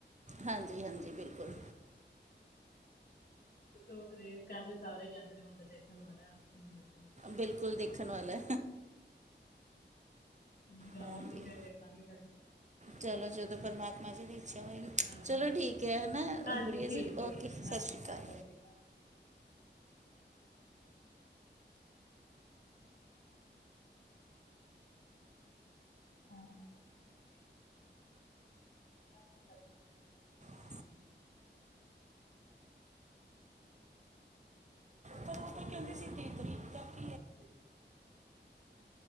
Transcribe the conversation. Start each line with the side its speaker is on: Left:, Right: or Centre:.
Right: ਹਾਂਜੀ-ਹਾਂਜੀ ਬਿਲਕੁਲ
Left: ਬ ਉਥੇ ਦੇ ਕੈਂਦੇ ਸਾਰੇ ਹੀ ਕੈਂਦੇ ਨੇ ਮੰਦਰ ਦੇਖਣ ਵਾਲਾ ਮੰਦਰ ਬ
Right: ਬਿਲਕੁਲ ਦੇਖਣ ਵਾਲਾ
Left: ਹੁਣ ਜਾਵਾਂਗੇ
Right: ਹਾਂਜੀ
Left: ਫਿਰ ਦੇਖਾਂਗੇ ਘਰੇ
Right: ਚਲੋ ਜਦੋਂ ਪਰਮਾਤਮਾ ਜੀ ਦੀ ਇੱਛਾ ਹੋਏਗੀ।
Left: ਹਾਂਜੀ-ਹਾਂਜੀ।
Right: ਚਲੋ ਠੀਕ ਹੈ ਹਨਾ
Left: ਹਾਂਜੀ
Right: ਗੁੜੀਆ
Left: ਹਾਂਜੀ, ਠੀਕ
Right: ਜੀ ਓਕੇ
Left: ਹੈ
Right: ਸਤਿ
Left: ਹਾਂਜੀ
Right: ਸ਼੍ਰੀ ਅਕਾਲ।
Left: ਸਤਿ ਸ਼੍ਰੀ ਅਕਾਲ। ਹਾਂ <inaudible>
Right: <inaudible> ਤੇ ਓ ਤੇ ਕੈਂਦੀ ਸੀ ਤੀਹ ਤਰੀਕ ਤੱਕ
Left: <inaudible>